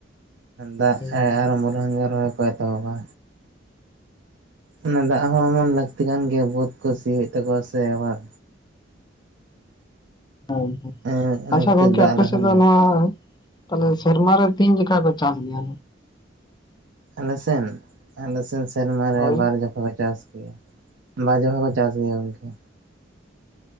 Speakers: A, on the right; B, on the left.
A: ᱫᱟᱜ
B: ᱯᱮ
A: ᱟᱨᱚ ᱢᱟᱝ ᱜᱮ ᱨᱚᱦᱚᱭ ᱠᱚ ᱛᱚᱵᱟ ᱚᱱᱟ ᱫᱟᱜ ᱦᱚᱸ ᱮᱢᱚᱱ ᱞᱟᱹᱠᱛᱤ ᱠᱟᱱ ᱜᱮᱭᱟ ᱵᱟᱹᱛ ᱠᱚ ᱥᱤ ᱦᱩᱭᱩᱜ ᱛᱟᱠᱚᱣᱟ ᱥᱮ ᱟᱵᱟᱨ᱾
B: ᱦᱮᱸᱸ
A: ᱤᱱᱟᱹ
B: ᱟᱪᱷᱟ
A: ᱠᱷᱟᱹᱛᱤᱨ
B: ᱜᱚᱢᱠᱮ
A: ᱫᱟᱜ
B: ᱟᱯᱮ
A: ᱞᱮᱠᱷᱟᱱ
B: ᱥᱮᱫ ᱫᱚ ᱱᱚᱣᱟ ᱛᱟᱦᱚᱞᱮ ᱥᱮᱨᱢᱟᱨᱮ ᱛᱤᱱ ᱡᱚᱚᱠᱷᱠᱟ ᱪᱟᱥ ᱠᱚ ᱜᱮᱭᱟ
A: ᱟᱞᱮᱥᱱ ᱟᱞᱮ ᱥᱮᱱ ᱥᱮᱨᱢᱟᱨᱮ
B: ᱦᱳᱭ
A: ᱵᱟᱨ ᱡᱚᱠᱷ ᱠᱚ ᱪᱟᱥ ᱜᱮᱭᱟ᱾ ᱵᱟᱡ ᱦᱚᱸ ᱠᱚ ᱪᱟᱥ ᱜᱮᱭᱟ ᱜᱚᱢᱠᱮ